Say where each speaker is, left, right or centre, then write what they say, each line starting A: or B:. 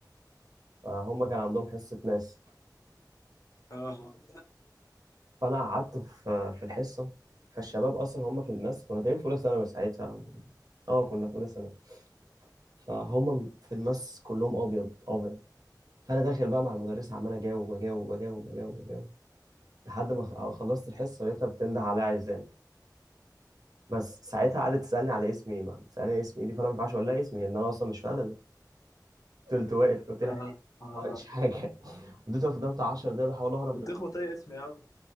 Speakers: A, on the right (about 60°); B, on the left (about 50°).
A: فهم كان عندهم حصه ماس
B: اه
A: فانا قعدت في في الحصه فالشباب اصلا هم في الماس كنا تقريبا في اولى ثانوي ساعتها و- اه كنا في اولى ثانوي فهم في الماس كلهم ابيض ابيض فانا داخل بقى مع المدرسه عمال اجاوب اجاوب اجاوب اجاوب اجاوب لحد ما خ- خلصت الحصه لقيتها بتنده عليا عايزاني بس ساعتها قعدت تسالني على اسمي ايه بقى تسالني اسمي ايه دي فانا ما ينفعش اقول لها اسمي لان انا اصلا مش في ادبي فضلت واقف قلت لها
B: اه
A: إيه؟
B: اه
A: ما عملتش حاجه <laughs> فضلت واقف قدام بتاع 10 دقايق بحاول اهرب
B: بتخبط
A: منها.
B: اي اسم يا عم